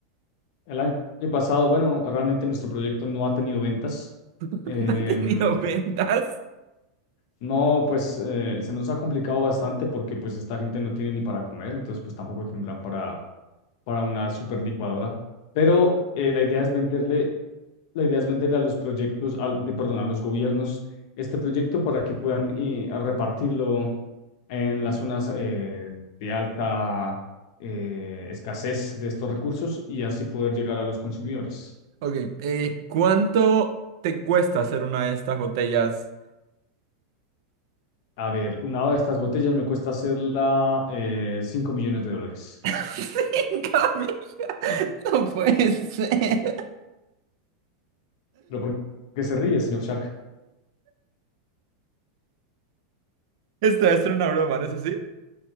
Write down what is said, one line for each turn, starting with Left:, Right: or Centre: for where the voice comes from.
Left: El año pasado, bueno, realmente nuestro proyecto no ha tenido ventas.
Right: <laughs>
Left: Em,
Right: ¿No has tenido ventas?
Left: No, pues eh, se nos ha complicado bastante porque pues esta gente no tiene ni para comer, entonces pues tampoco tendrán para, para una super licuadora. Pero eh, la idea es venderle, la idea es venderle a los proyectos, al, de, perdón, a los gobiernos este proyecto para que puedan eh, a repartirlo en las zonas eh, de alta eh, escasez de estos recursos y así poder llegar a los consumidores.
Right: Ok, eh, ¿cuánto te cuesta hacer una de estas botellas?
Left: A ver, una de estas botellas me cuesta hacerla eh, 5 millones de dólares.
Right: <laughs> Cinco mil. No puede ser.
Left: ¿Pero por qué se ríe, señor Shark?
Right: Esto es una broma, ¿no es así?